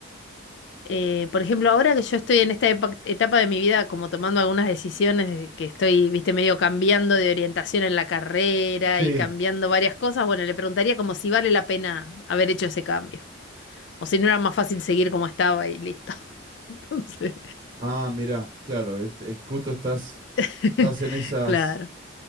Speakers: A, on the left; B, on the right.
A: eh, por ejemplo, ahora que yo estoy en esta epa- etapa de mi vida, como tomando algunas decisiones, de que estoy, viste, medio cambiando de orientación en la carrera
B: Sí,
A: y cambiando varias cosas, bueno, le preguntaría como si vale la pena haber hecho ese cambio. O si no era más fácil seguir como estaba y listo. <laughs> Entonces,
B: Ah, mirá, claro, es, es justo estás,
A: <laughs>
B: estás en esas...
A: claro,